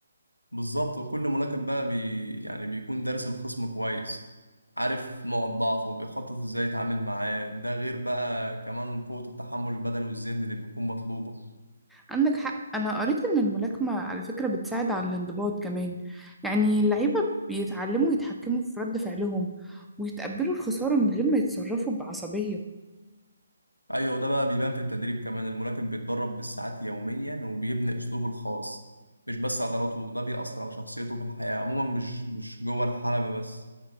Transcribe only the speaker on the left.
بالظبط وكل ملاكم بقى بي يعني بيكون دارس الخصم كويس عارف نوع الضعف وبيخطط ازاي يتعامل معاه ده غير بقى كمان قوة التحمل البدني والذهني اللي بيكون مطلوبة
ايوه ده بقى بيبان في التدريب كمان الملاكم بيتدرب بالساعات يوميا وبيبني اسلوبه الخاص مش بس عضلاته وده بيأثر على شخصيته في الحياة عموما مش مش جوه الحلبة بس